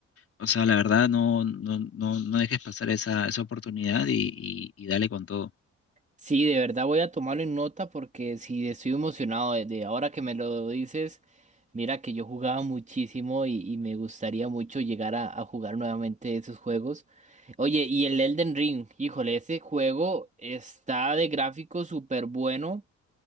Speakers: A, on the left; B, on the right.
A: o sea, la verdad, no, no, no, no dejes pasar esa, esa oportunidad y, y, y dale con todo.
B: Sí, de verdad voy a tomarlo en nota porque sí estoy emocionado de, de ahora que me lo dices. Mira que yo jugaba muchísimo y, y me gustaría mucho llegar a, a jugar nuevamente esos juegos. Oye, y el Elden Ring, híjole, ese juego está de gráfico súper bueno